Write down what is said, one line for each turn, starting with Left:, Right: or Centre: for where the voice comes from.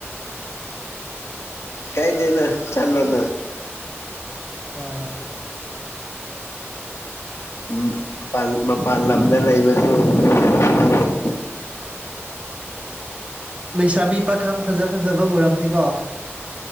Left: ꯀꯥꯏꯅꯦꯅ ꯆꯜꯂꯣ ꯅ
Right: ꯍꯣꯏ ꯍꯣꯏ
Left: ꯎꯝ ꯐꯜ ꯃꯄꯥꯟ ꯂꯝꯗ ꯂꯩꯕꯁꯨ ꯐꯪꯉꯩ
Right: ꯂꯩꯁꯥꯕꯤ ꯄꯥꯈꯪ ꯐꯖ ꯐꯖꯕ ꯎꯔꯝꯅꯤꯀꯣ